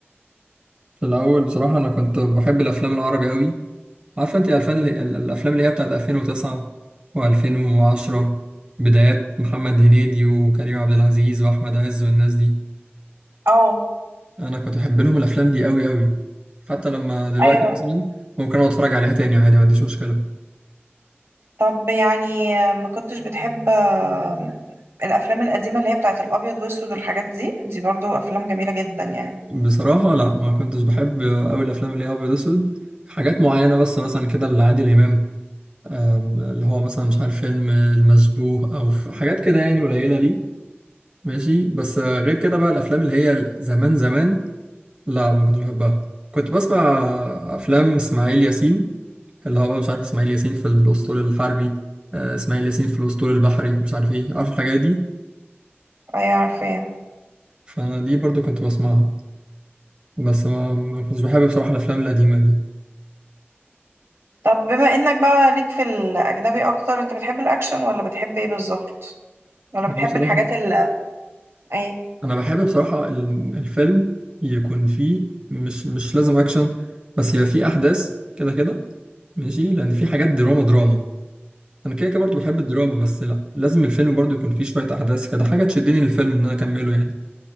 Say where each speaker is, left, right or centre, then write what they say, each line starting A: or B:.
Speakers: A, on the right; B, on the right.
A: في الاول بصراحه انا كنت بحب الافلام العربي قوي عارفه انت الفن ال- الافلام اللي هي بتاعت 2009 و2010 بدايات محمد هنيدي وكريم عبد العزيز واحمد عز والناس دي
B: اه
A: انا كنت بحب لهم الافلام دي قوي قوي حتى لما دلوقتي
B: ايوه
A: مثلا ممكن اقعد اتفرج عليها تاني عادي ما عنديش مشكله
B: طب يعني ما كنتش بتحب آم، الافلام القديمة اللي هي بتاعت الابيض واسود والحاجات دي دي برضو افلام جميلة جدا يعني
A: بصراحة لا ما كنتش بحب أوي الأفلام اللي هي أبيض وأسود حاجات معينة بس مثلا كده لعادل إمام أم، اللي هو مثلا مش عارف فيلم المشبوه أو ف- حاجات كده يعني قليلة ليه ماشي بس آه، غير كده بقى الأفلام اللي هي زمان زمان لا ما كنتش بحبها كنت بسمع أفلام إسماعيل ياسين اللي هو بقى مش عارف إسماعيل ياسين في الأسطول الحربي آه، إسماعيل ياسين في الأسطول البحري مش عارف إيه عارف الحاجات دي
B: ايوه عارفاها
A: فأنا دي برضو كنت بسمعها بس ما ما كنتش بحب بصراحة الأفلام القديمة دي
B: طب بما انك بقى ليك في الاجنبي اكتر انت بتحب الاكشن ولا بتحب ايه بالظبط ولا
A: أنا
B: بتحب
A: بصراحة
B: الحاجات ال ايه
A: انا بحب بصراحة الم- الفيلم يكون فيه مش مش لازم اكشن بس يبقى فيه احداث كده كده ماشي لان في حاجات دراما دراما انا كده كده برضه بحب الدراما بس لا لازم الفيلم برضه يكون فيه شوية احداث كده حاجة تشدني للفيلم ان انا اكمله يعني